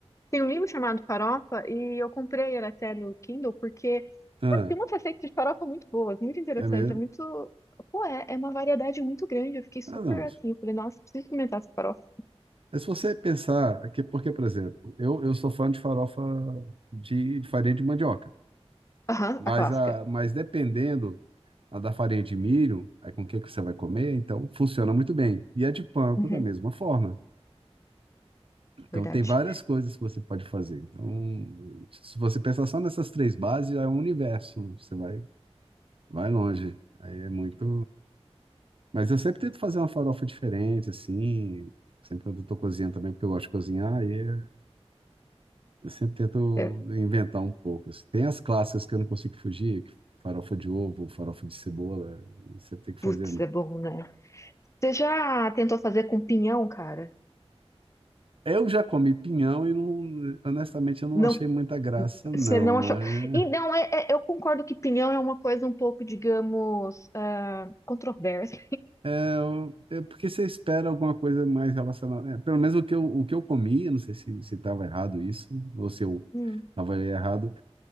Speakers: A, on the left (about 30°); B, on the right (about 55°).
A: Tem um livro chamado Farofa e eu comprei ele até no Kindle porque
B: Ah,
A: sabe, tem umas receitas de farofa muito boas, muito interessantes,
B: é mesmo?
A: é muito... Pô, é, é uma variedade muito grande. Eu fiquei super
B: Ah, não.
A: assim, eu falei, nossa, preciso experimentar essa farofa.
B: Mas se você pensar, é que, porque, por exemplo, eu, eu sou fã de farofa de, de farinha de mandioca,
A: Aham,
B: mas,
A: a clássica.
B: a, mas dependendo a da farinha de milho, aí com o que que você vai comer, então funciona muito bem. E a de panko
A: Uhum,
B: da mesma forma. Então
A: verdade.
B: tem várias coisas que você pode fazer. Então, se você pensar só nessas três bases, já é um universo, você vai, vai longe. Aí é muito. Mas eu sempre tento fazer uma farofa diferente, assim. Sempre quando eu tô cozinhando também, porque eu gosto de cozinhar, aí é Eu sempre tento
A: É,
B: inventar um pouco. assim. Tem as clássicas que eu não consigo fugir, que farofa de ovo, farofa de cebola, você tem que fazer.
A: putz, é bom, né? Você já tentou fazer com pinhão, cara?
B: Eu já comi pinhão e não, honestamente eu não
A: Não,
B: achei muita graça, não.
A: você não achou.
B: Mas
A: Então, é- é- eu concordo que pinhão é uma coisa um pouco, digamos, ah, controversa.
B: é eu- é porque você espera alguma coisa mais relacionada. é, pelo menos o que eu, o que eu comi, eu não sei se se estava errado isso, ou se eu
A: Hum.
B: avaliei errado.